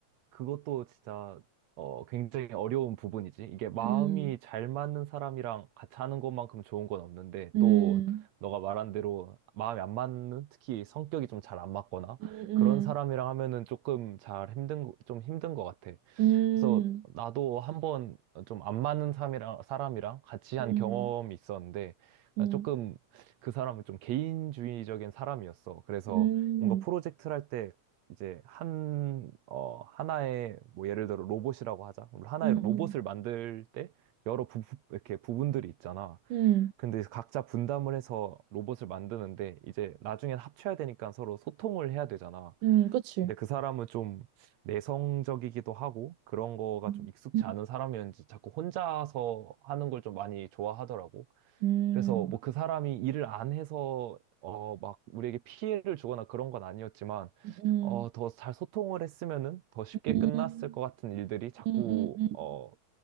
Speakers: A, on the right (about 70°); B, on the right (about 80°).
A: 그것도 진짜 어, 굉장히 어려운 부분이지. 이게 마음이
B: 음.
A: 잘 맞는 사람이랑 같이 하는 것만큼 좋은 건 없는데
B: 음,
A: 또 너가 말한 대로 마음이 안 맞는 특히 성격이 좀 잘 안 맞거나
B: 음, 음,
A: 그런 사람이랑 하면은 조금 잘 힘든 거- 좀 힘든 것 같아.
B: 음,
A: 그래서 나도 한번 좀 안 맞는 사람이랑, 사람이랑 같이 한
B: 음,
A: 경험이 있었는데, 나
B: 음,
A: 조금 그 사람은 좀 개인주의적인 사람이었어. 그래서
B: 음,
A: 뭔가 프로젝트를 할 때 이제 한, 어, 하나의, 뭐 예를 들어 로봇이라고 하자. 그럼 하나의
B: 음,
A: 로봇을 만들 때 여러 부, 부- 이렇게 부분들이 있잖아.
B: 음,
A: 근데 각자 분담을 해서 로봇을 만드는데 이제 나중엔 합쳐야 되니까 서로 소통을 해야 되잖아.
B: 음, 그치.
A: 근데 그 사람은 좀 내성적이기도 하고 그런 거가
B: 음
A: 좀 익숙치
B: 음,
A: 않은 사람이었는지 자꾸 혼자서 하는 걸 좀 많이 좋아하더라고.
B: 음,
A: 그래서 뭐 그 사람이 일을 안 해서 어 막 우리에게 피해를 주거나 그런 건 아니었지만
B: 음,
A: 어 더 잘 소통을 했으면은 더 쉽게
B: 음,
A: 끝났을 것 같은 일들이 자꾸
B: 음, 음,
A: 어